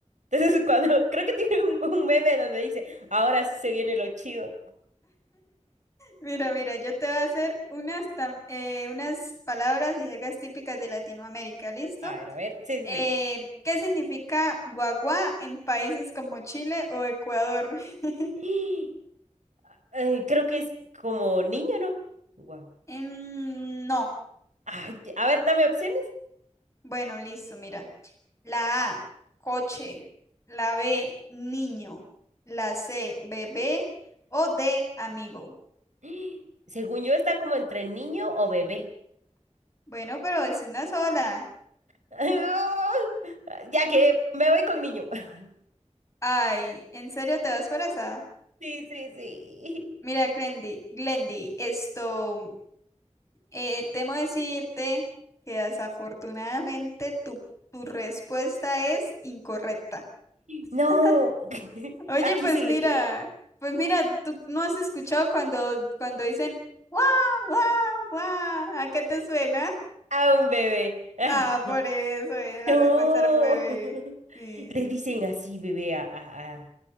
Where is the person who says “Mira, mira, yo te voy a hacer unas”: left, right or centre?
Left